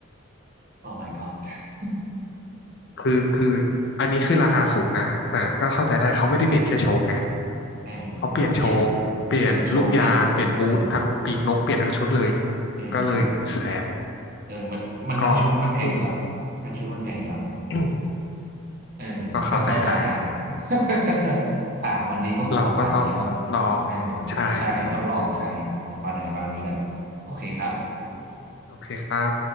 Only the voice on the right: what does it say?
โอ้ my god <laughs>
เออเขาเปลี่ยน
เปลี่ยนโชว์เปลี่ยนเออเออ
เออมันมันทั้งชุดมันแพงอยู่แล้ว
ทั้งชุดมันแพงอยู่แล้ว
เออก็เข้าใจได้
<laughs> อ่ะวันนี้ก็คงประมาณนี้มั้ง
เออ
ใช่ต้องลองใช้แต่ประมาณนี้กันโอเคครับ